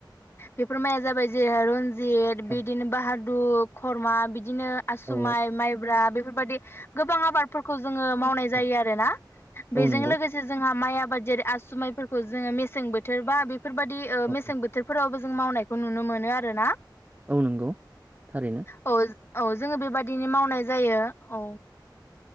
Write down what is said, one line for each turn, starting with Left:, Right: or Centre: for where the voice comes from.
Left: बेफोर माइया जाबाय जेरै रनजित बिदिनो
Right: औ
Left: बाहादुर खरमा बिद दिनो आसुमाइ
Right: औ
Left: माइब्रा बेफोरबायदि गोबां आबाद खौ जोङो
Right: औ
Left: मावनाय जायो आरोना बेजों
Right: औ नंगौ
Left: लोगोसे जोंहा हा माइ आबाद जेरै आसुमाइफोरखौ जोङो मेसें बोथोर बा बेफोरबायदि ओ
Right: औ
Left: मेसें बोथोरफोरावबो जों मावनायखौ नुनो मोनो आरोना।
Right: औ नंगौ थारैनो।
Left: औ औ जोङो बेबादिनो मावनाय जायो औ।